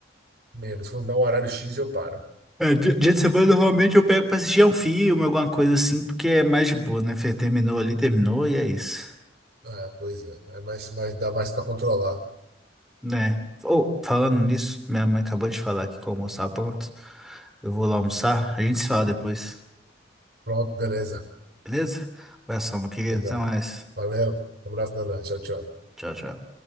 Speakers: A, on the right; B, in the centre.
A: menos. Quando dá um horário X, eu paro.
B: É, dia, dia de semana normalmente eu pego pra assistir um filme, alguma coisa assim, porque é mais de boa, né? Falei, Terminou ali, terminou e é isso.
A: É, pois é. É mais, mais, dá mais para controlar.
B: Né? Ou, falando nisso, minha mãe acabou de falar aqui que o almoço tá pronto. Eu vou lá almoçar. A gente se fala depois,
A: Pronto, beleza.
B: beleza? Abração, meu querido.
A: Beleza.
B: Até mais.
A: Valeu. Um abraço, Nana. Tchau, tchau.
B: Tchau, tchau.